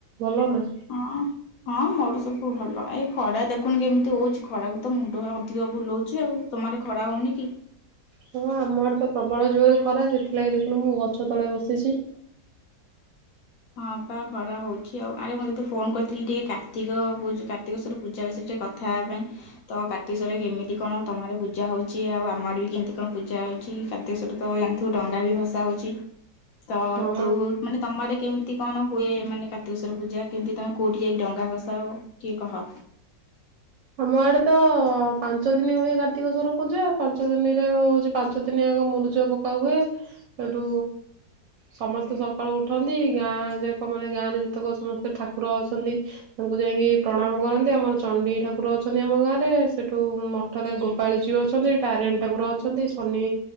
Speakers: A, on the right; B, on the left.
A: ଭଲ ନାଁ?
B: ହଁ ହଁ ମୋର ସବୁ ଭଲ ଏଇ ଖରା ଦେଖୁନୁ କେମିତି ହୋଉଚି ଖରାକୁ ତ ମୁଣ୍ଡ ହା ଅଧିକ ବୁଲଉଚି ଆଉ‌ ତମର ଖରା ହଉନି କି?
A: ହଁ ଆମଆଡ଼େ ତ ପ୍ରବଳ ଜୋରେ ଖରା ସେଥିଲାଗି ଦେଖୁନୁ ମୁଁ ଗଛ ତଳେ ବସିଚି।
B: ହଁ ପା ଖରା ହୋଉଛି ଆଉ। ଆରେ ମୁଁ ତତେ ଫୋନ୍ କରିଥିଲି ଟିକେ କାର୍ତ୍ତିକ ପୂଜ୍ କାର୍ତ୍ତିକେଶ୍ୱର ପୂଜା ବିଷୟରେ ଟିକେ କଥା ହେବା ପାଇଁ। ତ କାର୍ତ୍ତିକେଶ୍ୱର କେମିତି କଣ ତମ ଆଡ଼େ ପୂଜା ହଉଚି ଆଉ ଆମ ଆଡ଼େ ବି କେମିତି କଣ ପୂଜା ହଉଚି ସେମିତି ସବୁ ତ ଜାଣିଥିବୁ ଡଙ୍ଗା ବି ଭସା ହଉଚି। ତ
A: ହଁ
B: ତୁ ମାନେ ତମ ଆଡେ କେମ୍ ତି କଣ ହୁଏ ମାନେ କାର୍ତ୍ତିକେଶ୍ଵର ପୂଜା କେମତି ତମେ କୋଉଠି ଯାଇକି ଡଙ୍ଗା ଭସାଅ କିଏ କହ।
A: ଆମ ଆଡେ ତ ହଁ ପାଞ୍ଚ ଦିନି ହୁଏ କାର୍ତ୍ତିକେଶ୍ୱର ପୂଜା। ପାଞ୍ଚ ଦିନରେ ହୋଉଚି ପାଞ୍ଚ ଦିନି ଆଗ ମୁରୁଜ ପକା ହୁଏ। ହେଟୁ ସମସ୍ତେ ସକାଳୁ ଉଠନ୍ତି ଗାଁ ଯାକ ମାନେ ଗାଁରେ ଯେତେକ ସମସ୍ତେ ଠାକୁର ଅଛନ୍ତି ତାଙ୍କୁ ଯାଇକି ପ୍ରଣାମ କରନ୍ତି‌। ଆମର ଚଣ୍ଡୀ ଠା ଠାକୁର ଅଛନ୍ତି ଆମ ଗାଁରେ ସେଠୁ ମଠରେ ଗୋପାଳଜୀଉ ଅଛନ୍ତି ତାରେଣୀ ଠାକୁର ଅଛନ୍ତି ଶନି